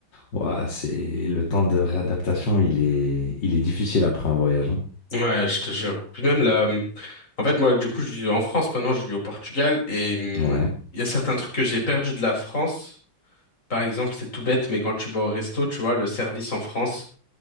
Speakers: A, on the left; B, on the left.
A: Ouah, c'est, le temps de réadaptation, il est, il est difficile après un voyage. hein.
B: Ouais, je te jure. Puis même là, hum, en fait, moi, du coup, je vis en France maintenant, je vis au Portugal et hum,
A: Ouais.
B: il y a certains trucs que j'ai perdu de la France. Par exemple, c'est tout bête, mais quand tu vas au resto, tu vois, le service en France.